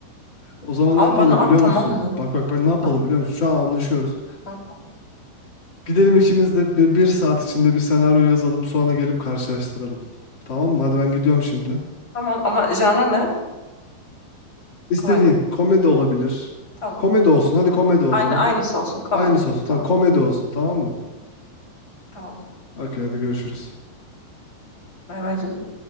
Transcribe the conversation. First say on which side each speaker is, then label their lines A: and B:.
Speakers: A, on the left; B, on the left.
A: O zaman
B: Ama
A: ne yapalım
B: bana
A: biliyor
B: at tamam
A: musun?
B: mı?
A: Bak bak bak ne yapalım
B: Ha,
A: biliyor musun? Şu an anlaşıyoruz.
B: ha.
A: Gidelim işimizde bir, bir saat içinde bir senaryo yazalım sonra gelip karşılaştıralım. Tamam mı? Hadi ben gidiyorum şimdi.
B: Tamam ama genre ne?
A: İstediğin
B: Komedi.
A: komedi olabilir.
B: Tamam.
A: Komedi olsun. Hadi komedi olsun.
B: Aynı aynısı
A: Bir,
B: olsun komedi.
A: aynısı olsun. Tamam
B: Tamam.
A: komedi olsun tamam mı?
B: Tamam.
A: Okey hadi görüşürüz.
B: Bay bay canım.